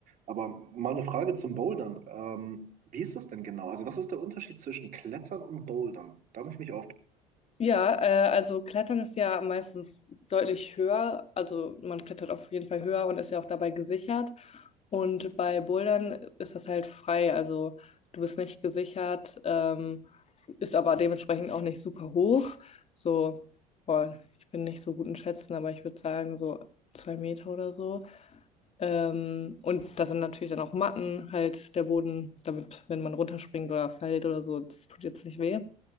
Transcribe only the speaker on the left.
Ja, äh, also Klettern ist ja meistens deutlich höher. Also man klettert auf jeden Fall höher und ist ja auch dabei gesichert. Und bei Bouldern ist das halt frei. Also du bist nicht gesichert, ähm, ist aber dementsprechend auch nicht super hoch. So, boah, ich bin nicht so gut in Schätzen, aber ich würde sagen so zwei Meter oder so. Ähm, und da sind natürlich dann auch Matten, halt der Boden, damit, wenn man runterspringt oder fällt oder so, das tut jetzt nicht weh.